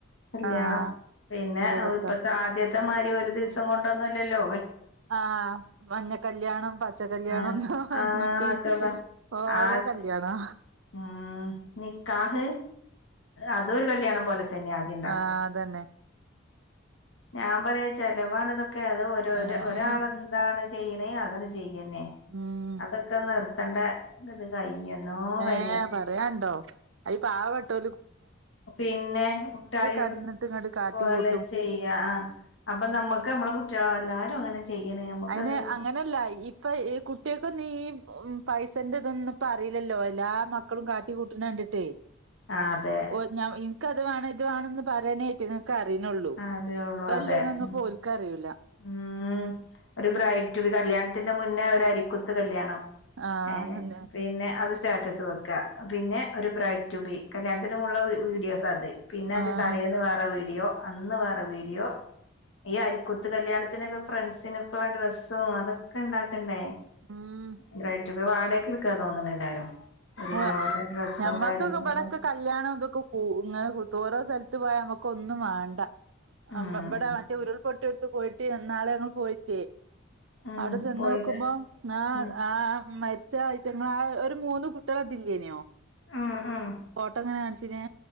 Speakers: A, on the left; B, on the right.
A: കല്യാണം
B: ആ
A: പിന്നെ
B: നല്ല രസാ
A: ഇപ്പത്തെ ആദ്യത്തെ മായിരി ഒരു ഒരു ദിവസം കൊണ്ടൊന്നും അല്ലല്ലോ
B: ആഹ് മഞ്ഞ കല്യാണം പച്ച കല്യാണംന്ന്
A: ആഹ്
B: പറഞ്ഞിട്ട്
A: ആഹ് ഒക്കെ പറ
B: ഓരോ
A: ആഹ്
B: കല്യാണാ
A: ഉം നിക്കാഹ് അതൊരു കല്യാണം പോലെ തന്നെ ആദ്യം ഉണ്ടാക്കും
B: ആഹ് അതന്നെ
A: ഞാൻ പറയാ ച്ചലവ് ആണ് ഇതൊ- ക്കെ അത് ഒര് ഒര്
B: ഏഹ്
A: ഒരാൾ എന്താണ് ചെയ്യണേ അതണ് ചെയ് യ്യന്നെ
B: ഉം
A: അതൊക്കെ നിർ ത്തണ്ടെ <unintelligible> കഴിഞ്ഞ് എന്നോ കഴി
B: ഏ പറയാണ്ടോ അയില് പാവപ്പെട്ടോ
A: പിന്നെ മുട്ടായി
B: കടന്നിട്ട്
A: എടു
B: ഇങ്ങട്ട് കാട്ടിക്കൂട്ടും
A: പോലെ ചെയ്യാ ആ അപ്പൊ നമ്മുക്ക് നമ്മള കുട്ടികള എല്ല രു അങ്ങനെ ചെയ്യണേ നമ്മുക്കത്
B: അയിന് അങ്ങനെല്ല ഇപ്പൊ ഈ കുട്ടിയേക്കൊന്നും ഈ പൈസ ൻ്റെ ഇതൊന്നും ഇപ്പം അറീല്ലല്ലോ എല്ലാ മക്കളും കാട്ടി കൂട്ടണ കണ്ടിട്ടേ
A: ആ അതെ
B: ഓ ഞാൻ ഇനക്കത് വേണം ഇത് വേണംന്ന് പറയാനയിറ്റ അറിനൊള്ളൂ
A: അറിയുള്ളൂ
B: എത്രല്ലിയാന്നൊന്നും
A: അതെ ഉം
B: ഒന്നു ഓൽക് അറിയൂല
A: ഉം ഒരു ബ്രൈറ്റു ബി കല്യാൺ ത്തിന്ന് മുന്നേ ഒരു അരിക്കുത്ത് കല്യാണം
B: ആഹ്
A: ഏ
B: അതന്നെ
A: പിന്നെ അത് സ്റ്റാറ്റസ് വെക്കാ പിന്നെ ഒരു ബ്രയിഡ് ടു ബി കല്യാണത്തിനു മുൻപുള്ള വീഡിയോസ് അത് പിന്നെ അതിന്റെ
B: ആഹ്
A: തലേന്ന് വേറെ വീഡിയോ അന്ന് വേറെ വീഡിയോ ഈ അരി കുത്ത് കല്യാണത്തിനൊക്കെ ഫ്രണ്ട്സിനൊക്കെയുള്ള ഡ്രസ്സും അതൊക്കെ ഉണ്ടാക്ക ണ്ടേ
B: ഉം
A: ബ്രയിഡ് റ്റുബി വാടകക്ക് എടുക്കാ തോന്ന്ണ്‌ എല്ലാരും ഒരുപോലെ
B: ഓ
A: ഡ്രസ്സും
B: ഞമ്മൾക്കൊക്കെ
A: കാര്യങ്ങളും
B: ഇബ്ടൊക്കെ കല്യാണം ഇതൊക്കെ കൂ ഇങ്ങനെ ഓരോ സ്ഥലത്ത് ത്ത് പോയാ നമുക്ക് ഒന്നും വേണ്ട
A: ഉം
B: ആ ഇവിട മറ്റേ ഉരുൾപൊട്ടി ഇട്ടോട്ത്ത് പോയിട്ട് എന്നാള് ഞങ്ങള് പോയിട്ടേ
A: ഉം
B: അവിടെ ചെന്നോക്കുമ്പോ
A: പോയില്ലേ
B: നേ
A: ഉം
B: ആ മര് ഇച്ചാ അയ്റ്റങ്ങളെ ആ ഒരു മൂന്ന് കു ട്യോളെതില്ലേയ്ന്യോ
A: ഉം ഉം
B: ഫോട്ടോങ്ങനെ കാണ്